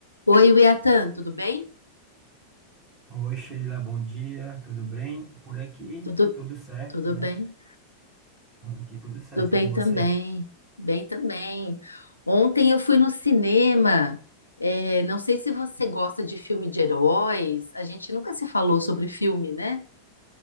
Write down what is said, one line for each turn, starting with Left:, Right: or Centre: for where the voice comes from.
Left: Oi, Wiatan, tudo bem?
Right: Oi, Sheila, bom dia, tudo bem? Por aqui,
Left: Tudo,
Right: tudo certo,
Left: tudo
Right: né?
Left: bem?
Right: Por aqui, tudo certo,
Left: Tudo bem
Right: e com você?
Left: também. Bem também. Ontem eu fui no cinema. É, não sei se você gosta de filme de heróis. A gente nunca se falou sobre filme, né?